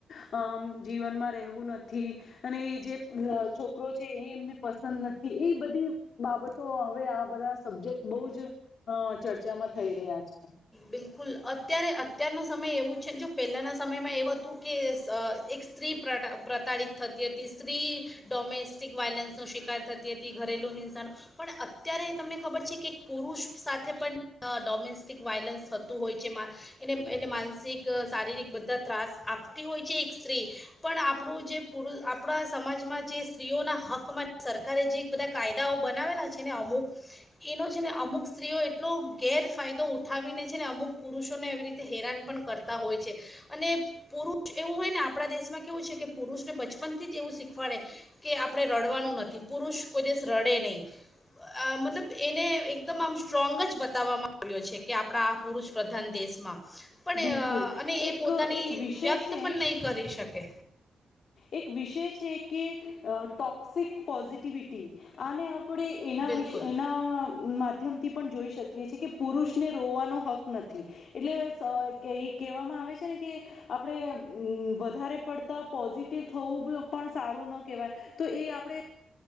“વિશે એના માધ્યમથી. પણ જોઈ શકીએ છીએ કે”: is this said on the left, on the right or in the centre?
Left